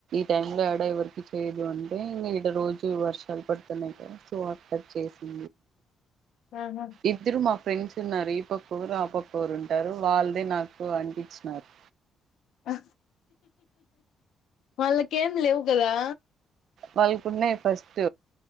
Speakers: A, on the right; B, on the left.
A: టై లో ఆడ ఎవరికి చేయదు అంటే ఇంకా ఇక్కడ రోజు వర్షాలు పట్ సో అక్కర్ చేసి
B: ఆ ఆహా
A: ఇద్దరు మా ఫ్రెండ్స్ ఉన్నారు ఈ పక్కఒకరు ఆ పక్క ఊరు ఉంటారు వాళ్ళదే నాకు అనిపించినారు
B: ఆ వాళ్ళకం లేవు కదా
A: వాళ్ళకున్నాయి ఫస్ట్